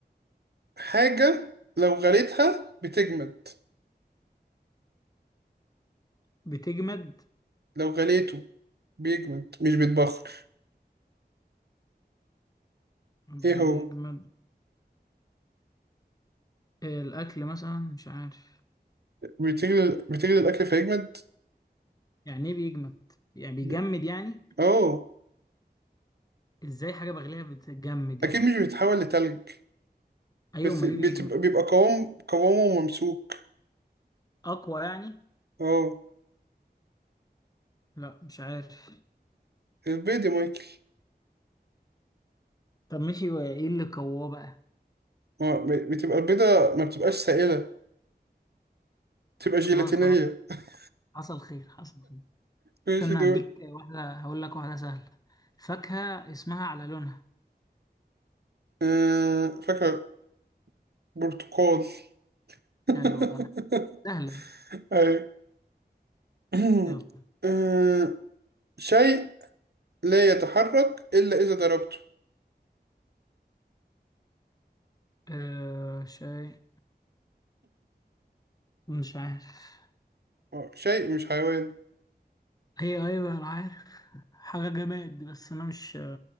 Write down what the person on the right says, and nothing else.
حاجة لو غليتها بتجمد
لو غليته بيجمد مش بيتبخر إيه
هو
بتغلي بتغلي الأكل فيجمد
ب...
أوه
أكيد
مش بيتحول لتلج
بس
بتبقى
بيبقى قوام قوامه ممسوك
أوه
البيضة يا مايكل
ما ما- بتبقى البيضة ما بتبقاش سائلة بتبقى جيلاتينية
<laughs>
ماشي
دول
آه فاكهة برتقال <laughs>
أيوة <clears throat>
آه شيء لا يتحرك إلا إذا ضربته
آه، شيء مش حيوان